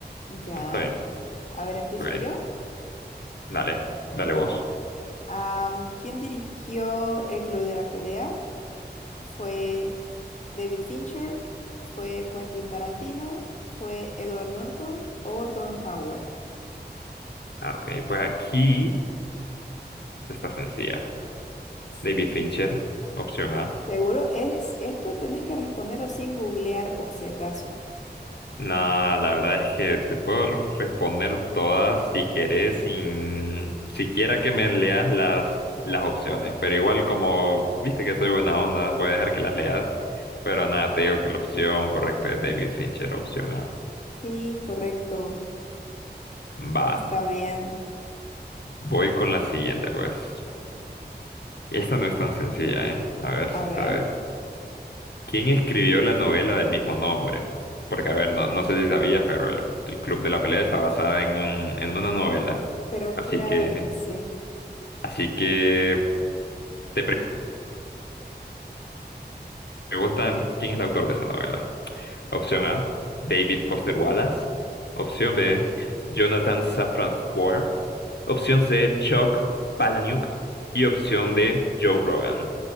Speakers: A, on the left; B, on the left.
A: Ya.
B: Está bien.
A: A ver, empiezo
B: Ok,
A: yo.
B: dale, dale
A: Ya.
B: vos.
A: Am, ¿quién dirigió el Club de la Pelea? ¿Fue David Fincher? ¿Fue Quentin Tarantino? ¿Fue Edward Norton o Ron Howard?
B: Ah, ok, pues aquí esta está sencilla.
A: Sí.
B: David Fincher, opción A.
A: Seguro es esto, tenés que responderlo sin googlear por si acaso.
B: Nada, la verdad es que te puedo r- responder todas si querés, sin siquiera que me leas las, las opciones. Pero igual como viste que soy buena onda, voy a dejar que las leas. Pero nada, te digo que la opción correcta es David Fincher, opción A.
A: Sí, correcto.
B: Va,
A: Está bien.
B: voy con la siguiente, pues. Y esta no es tan sencilla, ¿eh? A ver
A: A
B: si
A: ver,
B: sabes. ¿Quién escribió la novela del mismo nombre? Porque, a ver, no, no sé si sabías, pero el, el Club de la Pelea está basada en un, en una novela.
A: pero
B: Así
A: claro
B: que,
A: que sí.
B: así que te pre- preguntan quién es el autor de esa novela. Opción A, David Foster Wallace. Opción B, Jonathan Safran Foer. Opción C, Chuck Palahniuk. Y opción D, Joe Rogan.